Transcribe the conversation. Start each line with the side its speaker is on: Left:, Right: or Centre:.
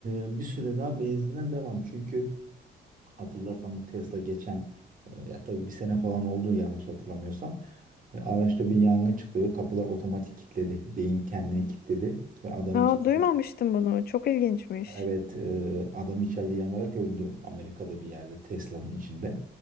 Right: e, bir süre daha benzinden devam. Çünkü Hatırlarsan bu Tesla geçen e, ya tabii bir sene falan oldu yanlış hatırlamıyorsam. E, Araçta bir yangın çıktı ve kapılar otomatik kilitledi. Beyin kendini kilitledi ve adam
Left: Aa,
Right: içeride
Left: duymamıştım bunu. Çok ilginçmiş.
Right: evet e, adam içeride yanarak öldü Amerika'da bir yerde Tesla'nın içinde.